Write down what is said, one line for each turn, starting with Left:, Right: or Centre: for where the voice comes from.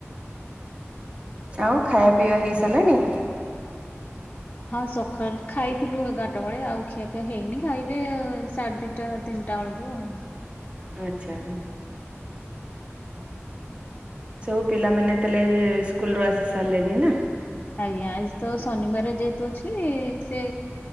Right: ଆଉ ଖାଇବା ପିଇବା ହେଇ ସାରିଲାଣି?
Left: ହଁ ସକାଳେ ଖାଇଥିଲୁ ଏଗାରଟା ବେଳେ ଆଉ ଖିଆପିଆ ହେଇନି ଖାଇବେ ସାଢ଼େ ଦି ଟା ତିନିଟା ବେଳକୁ ଆଉ।
Right: ଆଚ୍ଛା। ସବୁ ପିଲାମାନେ ତାହେଲେ ସ୍କୁଲ ରୁ ଆସି ସାରିଲେଣିି ନା?
Left: ଆଜ୍ଞା ଆଜି ତ ଶନିବାର ଯେହେତୁ ଅଛି ସେ